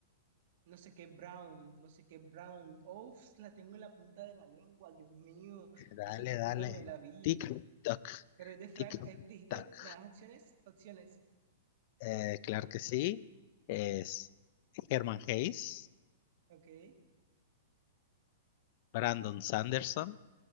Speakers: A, on the right; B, on the left.
A: no sé qué Brown, no sé qué Brown. Uf, la tengo en la punta de la lengua, Dios mío.
B: Dale,
A: Hace poquito
B: dale.
A: me la vi.
B: Tic-tac.
A: Pero es de Frank,
B: Tic-tac.
A: eh, dijiste, ¿me das opciones? Opciones.
B: Eh, claro que sí. Es Herman Hesse.
A: Ok,
B: Brandon Sanderson,